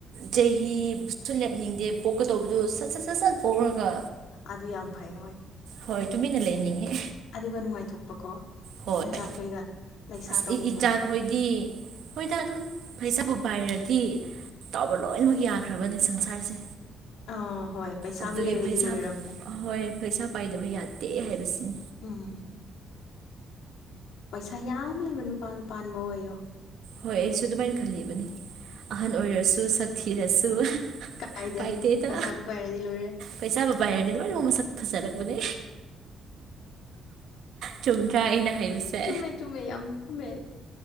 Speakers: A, on the right; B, on the left.
A: ꯆꯍꯤꯁꯨ ꯂꯦꯞꯅꯤꯡꯗꯦ ꯄꯣꯛꯀ ꯇꯧꯕꯗꯨ ꯁꯠ ꯁꯠ ꯁꯠ ꯁꯠ ꯄꯣꯛꯔꯒ
B: ꯑꯗꯨ ꯌꯥꯝ ꯐꯩ ꯍꯣꯏ
A: ꯍꯣꯏ ꯇꯨꯃꯤꯟꯅ ꯂꯩꯅꯤꯡꯉꯦ
B: ꯑꯗꯨꯒ ꯅꯨꯡꯉꯥꯏꯊꯣꯛꯄꯀꯣ
A: ꯍꯣꯏ
B: ꯅꯆꯥꯈꯣꯏꯒ ꯂꯩꯁꯥ
A: ꯑꯁ
B: ꯇꯧꯃꯤꯟꯅꯔꯣ
A: ꯏꯆꯥꯥ ꯍꯣꯏꯗꯤ ꯍꯣꯏꯗ ꯑꯗꯨꯝ ꯄꯥꯏꯔꯗꯤ ꯇꯥꯎꯕ ꯂꯣꯏꯅꯃꯛ ꯌꯥꯈ꯭ꯔꯕꯅꯤ ꯁꯪꯁꯥꯔꯁꯦ
B: ꯑꯥ ꯍꯣꯏ ꯄꯩꯁꯥꯕꯨ
A: ꯑꯗꯨꯒꯤ
B: ꯂꯩꯔꯗꯤ
A: ꯄꯩꯁꯥ
B: ꯂꯣꯏꯔꯝꯅꯦ
A: ꯍꯣꯏ ꯄꯩꯁꯥ ꯄꯥꯏꯗꯕ ꯌꯥꯗꯦ ꯍꯥꯏꯕꯁꯤꯅꯤ
B: ꯎꯝ ꯄꯩꯁꯥ ꯌꯥꯝ ꯂꯩꯕ ꯅꯨꯄꯥꯗ ꯄꯥꯟꯕ ꯑꯣꯏꯌꯣ
A: ꯍꯣꯏ ꯑꯩꯁꯨ ꯑꯗꯨꯃꯥꯏꯅ ꯈꯜꯂꯤꯕꯅꯤ ꯑꯍꯟ ꯑꯣꯏꯔꯁꯨ ꯁꯛ ꯊꯤꯔꯁꯨ
B: ꯀꯥꯏꯗꯦ
A: ꯀꯥꯏꯗꯦꯗ
B: ꯄꯩꯁꯥꯕꯨ ꯄꯥꯏꯔꯗꯤ ꯂꯣꯏꯔꯦ
A: ꯄꯩꯁꯥꯕꯨ ꯄꯥꯏꯔꯗꯤ ꯂꯣꯏꯃꯛ ꯃꯁꯛ ꯊꯤꯔ ꯐꯖꯔꯛꯄꯅꯦ ꯆꯨꯝꯗ꯭ꯔꯥ ꯑꯩꯅ ꯍꯥꯏꯕꯁꯦ
B: ꯆꯨꯝꯃꯦ ꯆꯨꯝꯃꯦ ꯌꯥꯝ ꯆꯨꯝꯃꯦ